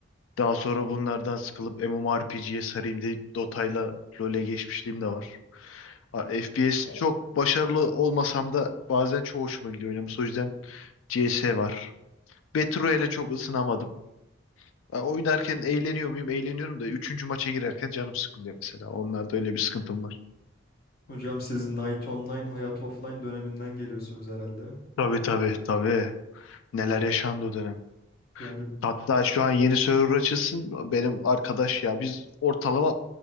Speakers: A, on the left; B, on the left.
A: Daha sonra bunlardan sıkılıp MMORPG'ye sarayım deyip Dota'yla LoL'e geçmişliğim de var. A- FPS çok başarılı olmasam da bazen çok hoşuma gidiyor oynaması. O yüzden CS var. Battle Royale'e çok ısınamadım. Ya Oynarken eğleniyor muyum? Eğleniyorum da üçüncü maça girerken canım sıkılıyor mesela. Onlarda öyle bir sıkıntım var.
B: hocam siz Night Online, Hayat Offline döneminden geliyorsunuz herhalde.
A: Tabii tabii tabii. Neler yaşandı o dönem.
B: Yani
A: Hatta şu an yeni server açılsın benim arkadaş ya biz ortalama